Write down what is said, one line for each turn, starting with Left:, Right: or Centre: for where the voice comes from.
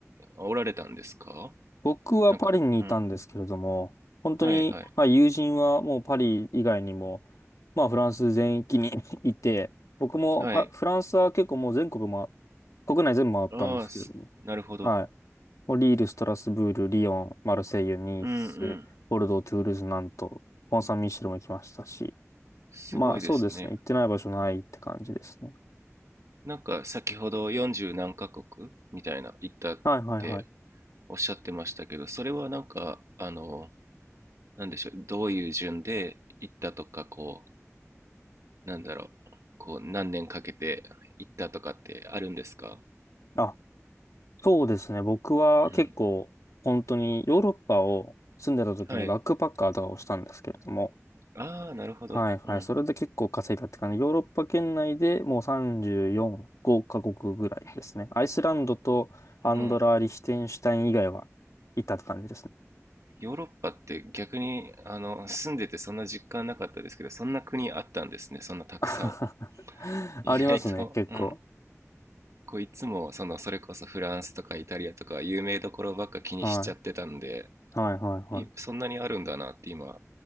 Right: おられたんですか
Left: 僕はパリにいたんですけれども、
Right: なんか、うん。
Left: 本当に、
Right: はいはい。
Left: まあ友人はもうパリ以外にも、まあフランス全域に <laughs> いて、僕もファフランスは結構もう全国、
Right: はい。
Left: ま、国内全部回ったんですけれども、
Right: ああ、すなるほど。
Left: はい。もうリール、ストラスブール、リヨン、マルセイユ、ニース、
Right: うんうん。
Left: ボルドー、トゥールーズ、ナント、コンサンミッシェルも行きましたし、
Right: すごいですね。
Left: まあそうですね、行ってない場所ないって感じですね。
Right: なんか先ほど40何カ国みたいな行ったって
Left: はいはいはい。
Right: おっしゃってましたけど、それはなんか、あの、なんでしょう、どういう順で行ったとか、こう、なんだろう、こう、何年かけて行ったとかってあるんですか
Left: あ、そうですね、僕は結構本当にヨーロッパを住んでた時にバックパッカーとかをしたんですけれども、
Right: うん。はい。ああ、なるほど。
Left: はいはい、
Right: うん。
Left: それで結構稼いだって感じ。ヨーロッパ圏内でもう34、5カ国ぐらいですね。アイスランドとアンドラ・
Right: うん
Left: リヒテンシュタイン以外はいたって感じですね。
Right: ヨーロッパって逆にあの住んでてそんな実感なかったですけどそんな国あったんですねそんなたくさん
Left: <laughs>
Right: 意外とうん
Left: ありますね、結構。
Right: こういつもそのそれこそフランスとかイタリアとか有名どころばっか気にしちゃってたんで
Left: はい。はい、はい、
Right: いそんなにあるんだなって今
Left: はい。